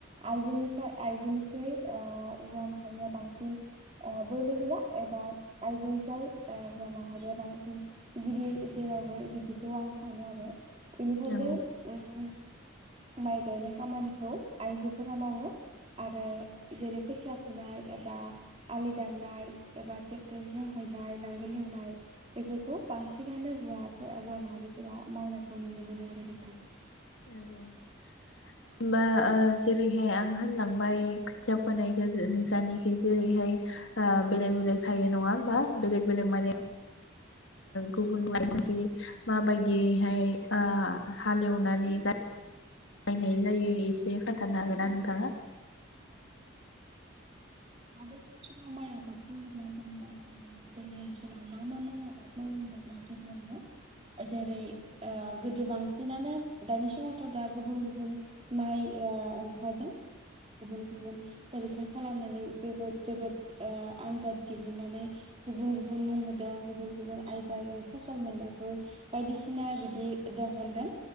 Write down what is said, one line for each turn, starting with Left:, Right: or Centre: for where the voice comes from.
Right: आइजोनिफ्राय आइजोनिख्रुइ ओ हवा माहारिया बांसिन ओ बोलो गोरा एबा आइजोनिफ्राय ओ हवा माहारिया बांसिन गिदिर जेरावबो बिदि बेखौ आं सानो आरो। बेनिखायनो
Left: औ
Right: ओं माइ गायनाय खामानिखौ आइजोफोरा मावो आरो जेरै खोथिया फुनाय एबा आलि दाननाय एबा ट्रेक्टरजों हयनाय नांगोल एवनाय बेफोरखौ बांसिनानो हौवाफोरा हौवा माहारि। बेफोरा मावनाय खौ नुनो मोनो आरो नोंथां।
Left: औ बा ओ जेरैहाय आं होनलांबाय खोथिया फोनायखौ नोंसानखि जेरैहाय ओ बेलेग बेलेग थायो नङा होमबा बेलेग बेलेग माने?
Right: औ
Left: गुबुन बाय दि माबायदियैहाय ओ हालेवनानै जायो हालेवनाय जायो एसे खोन्थानो हागोना नोंथाङा?
Right: आगोल फोरनि समाव माइ आबाद मावोब्ला जोङो ओ जोंनि ओनसोलाव मा मा माइ आबाद मावोब्ला गिबियावनो जेरै ओ गोदो बांसिनानो दानि समावथ' दा गुबुन गुबुन माइ ओह ओंखारदों गुबुन गुबुन फरिखा खालामनानै जोबोद जोबोद ए आनजाद दिहुननानै गुबुन गुबुन मुं होदों गुबुन गुबुन आयदाजों फसल मोननायखौ बायदिसिना बिदि दिहुनदों